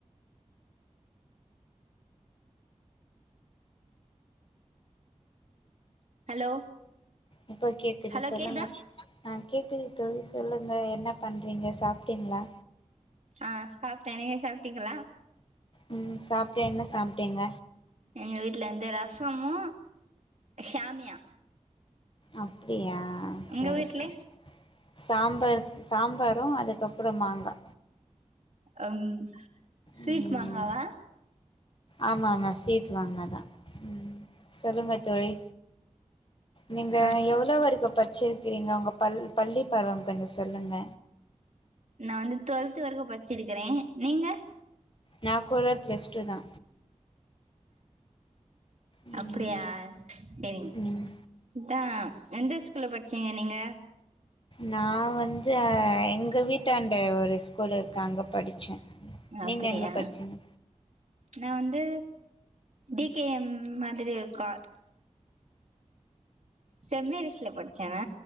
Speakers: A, on the right; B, on the left.
A: ஹலோ
B: இப்ப கேக்குது
A: ஹலோ
B: சொல்லுங்க
A: கேக்குதா
B: அ கேட்குது தோழி சொல்லுங்க என்ன பண்றீங்க சாப்ட்டிங்களா
A: அ சாப்ட்டே நீங்க சாப்டிங்களா
B: ம் சாப்ட்டே என்ன சாப்ட்டீங்க
A: எங்க வீட்ல வந்து ரசமு ஷாமியா
B: அப்டியா செரி
A: உங்க வீட்ல
B: செரி சாம்பார் சாம்பாரு அதுக்கப்பறொ மாங்கா
A: ம் ஸ்வீட்
B: ம்
A: மாங்காவா
B: ஆமா ஆமா ஸ்வீட் மாங்காதா ம் சொல்லுங்க தோழி நீங்க
A: ஆ
B: எவ்ளோ வரைக்கு பட்ச்சிருக்கிறீங்க உங்க பள் பள்ளி பருவோ கொஞ்சொ சொல்லுங்க
A: நா வந்து டுவெல்த் வரைக்கோ பட்ச்சிருக்குறே நீங்க
B: நா கோட ப்ளெஸ்டூ தா ம்
A: அப்டியா செரிங்க
B: ம்
A: இதா எந்த ஸ்கூல்ல பட்ச்சீங்க நீங்க
B: நா வந்து எங்க வீட்டாண்ட ஒரு ஸ்கூலு இருக்கு அங்க படு ச்சே
A: அப்டியா
B: நீங்க எங்க பட்ச்சீங்க
A: நா வந்து டி கே எம் மாதிரி இருக்கா சென்மேரிஸ்ல படுச்சே